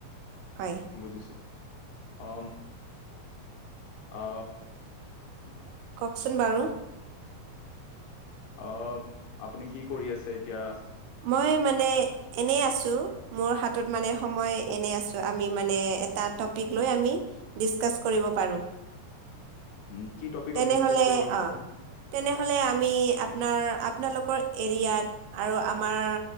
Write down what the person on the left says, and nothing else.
বুজিছো অ অ কি ক <unintelligible>
অ আপুনি কি কৰি আছে এতিয়া
উ কি টপিকত
ডিচকাচ কৰিব বিচাৰে